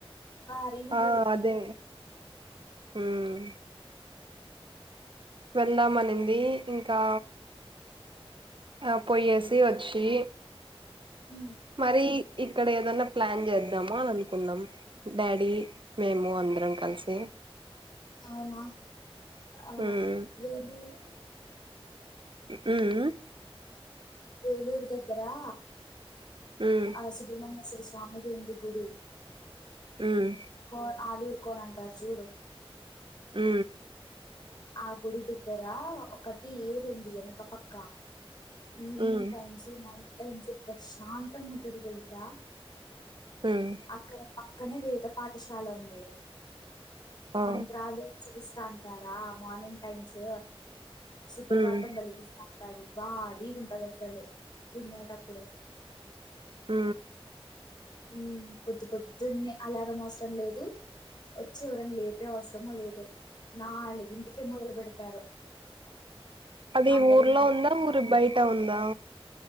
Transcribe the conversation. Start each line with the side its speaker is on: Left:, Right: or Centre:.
Left: బారీగుంటది
Right: ఆ అదే ఉమ్ వెళ్దామనింది ఇంకా ఆ పొయ్యేసి వచ్చి
Left: ఉమ్,
Right: మరి ఇక్కడ ఏదన్నా ప్లాన్ చేద్దాము అని అనుకుందాం డాడీ మేము అందరం కలిసి
Left: అవునా ఆ
Right: ఉమ్
Left: వేద
Right: అ
Left: వలూరు దగ్గరా
Right: ఉమ్
Left: ఆ సుభ్రమమ్మ స స్వామిదంది గుడి
Right: ఉమ్
Left: కో ఆలూరు కోన అంటారు జూడు
Right: ఆ
Left: ఆ గుడి దగ్గర ఒకటి ఏరు ఉంది వెనక పక్క ఈవినింగ్
Right: ఉమ్
Left: టైమ్స్ నైట్ టైమ్ సొప శాంత అంగా ముంటదిద తెల్సా
Right: ఉమ్
Left: అక్కడ కనే వేద పాఠ పాఠశాల ఉంది
Right: ఆ
Left: మంత్రాలు త అంటారా మార్నింగ్ టైమ్స్ సుప్రభాతం
Right: ఉమ్
Left: బలికిస్తా ఉంటారు బా రీగుంటది అసలు వినేటప్పుడు
Right: ఆ
Left: ఉ పొద్దు పొద్దున్నే అలారం అవసరం లేదు వచ్చి ఎవరని లేపే అవసరమ లేదు నా అలాగింటి క మొదలు పెడతారు
Right: అది
Left: అందరూ
Right: ఊర్లో
Left: మడి
Right: ఉందా
Left: కట్టి
Right: ఊరి బయట ఉందా